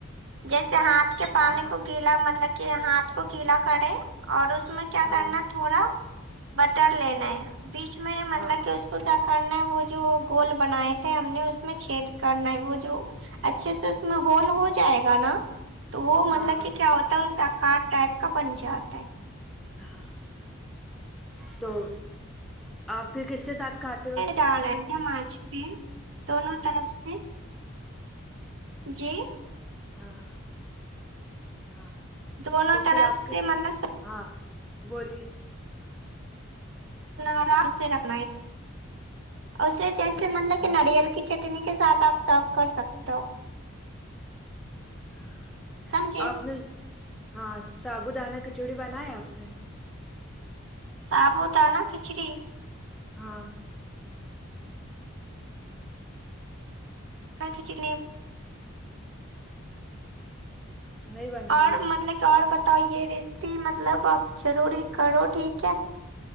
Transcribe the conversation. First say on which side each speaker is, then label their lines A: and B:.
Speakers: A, on the right; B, in the centre.
A: جیسے ہاتھ کے پانی
B: ہاں
A: کو گیلا مطلب کہ ہاتھ کو گیلا کریں اور اس میں کیا
B: ہاں
A: کرنا تھوڑا بٹر لینا ہے بیچ میں مطلب
B: ہاں
A: کہ اس کیا کرنا ہے وہ جو گول بنائے تھے ہم نے اس میں چھید کرنا ہے وہ جو اچھے سے اس میں ہول ہو جائے گا نا تو وہ
B: ہاں
A: مطلب
B: ہاں
A: کہ کیا ہوتا ہے اس آکار ٹائپ کا بن جاتا ہے
B: ہاں تو آپ پھر کس کے ساتھ کھات
A: ڈالئے تھے ماچھ پہ دونوں طرف سے جی
B: ہاں ہاں
A: دونوں
B: تو
A: طرف
B: پھر آپ
A: سے
B: کے
A: مطلب
B: ہاں بولیے
A: آرام سے رکھنا ہے اسے جیسے مطلب
B: ہاں
A: کہ ناریل کی چاٹنی چٹنی کے ساتھ آپ سرو کر سکتے ہو
B: ہاں
A: سمجھے
B: آپ نے ہاں سابو دانہ کھچڑی بنایا آپ نے
A: صابو دانا کھچڑی
B: ہاں
A: <unintelligible>
B: نہیں بنائی
A: اور
B: ہو
A: مطلب کہ اور بتائے ریسیپی مطلب آپ ضروری کرو ٹھیک ہے